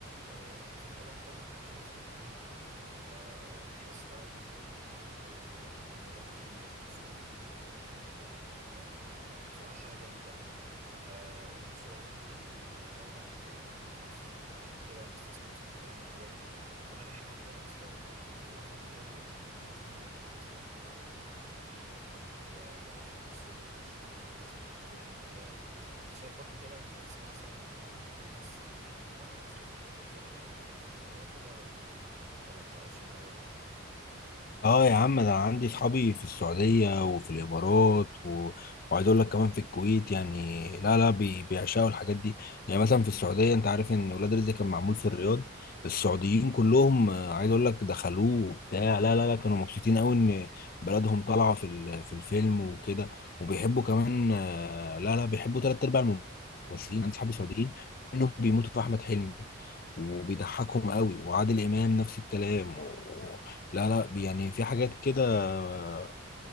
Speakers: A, on the right; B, on the left.
A: آه، الفيلم ده انتاجه ما كانش مصري انت عارف فتحس بقى ان الفيلم مختلف شوية كده الكاميرات فيه والتصوير فيه حاجة تانية حاجة مختلفة يعني بصراحة حاجة جامدة يعني فنفسه والله يبدأوا بقى يعملوا الكلام ده في مصر ونبتدي بقى نستثمر في الافلام والحاجات دي وكمان احنا عندنا اصلا يعني في الوطن العربي احنا معروفين ان الممثلين بتوعنا جامدين وبيعرفوا يمثلوا ومشهورين والناس بتحبهم وبتاع انت شايف برضو كده انت تسمع اصلا يعني ان في ناس كتير من بره مصر بيحبوا يتفرجوا على الافلام المصرية وكده ولا ولا ما تعرفش الموضوع ده
B: اه يا عم ده انا عندي صحابي في السعودية وفي الامارات و... وعايز اقول لك كمان في الكويت يعني لا لا بي... بيعشقوا الحاجات دي يعني مثلا في السعودية انت عارف ان ولاد رزق كان معمول في الرياض السعوديين كلهم آه، عايز اقول لك دخلوه وبتاع لا لا لا كانوا مبسوطين قوي ان بلدهم طالعة في ال... في الفيلم وكده وبيحبوا كمان آه، لا لا بيحبوا تلات ارباع الممثلين عندي صحابي سعوديين انهم بيموتوا في احمد حلمي وبيضحكهم قوي وعادل امام نفس الكلام لا لا يعني في حاجات كده آه،